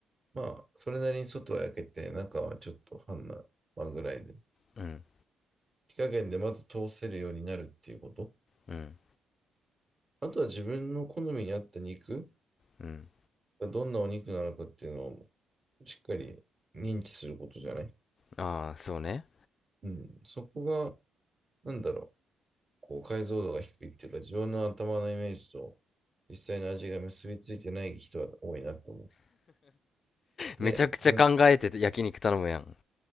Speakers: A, on the right; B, on the left.
A: まあ、それなりに外は焼けて、中はちょっと半生、まあ、ぐらいで。
B: うん
A: 火加減でまず通せるようになるっていうこと。
B: うん
A: あとは自分の好みに合った肉
B: うん
A: がどんなお肉なのかっていうのをしっかり認知することじゃない。
B: ああーそうね
A: うん。そこが、なんだろう、こう解像度が低いっていうか、自分の頭のイメージと実際の味が結びついてない人は多いなと思う。で、
B: めちゃくちゃ考えてて焼肉頼むやん
A: なん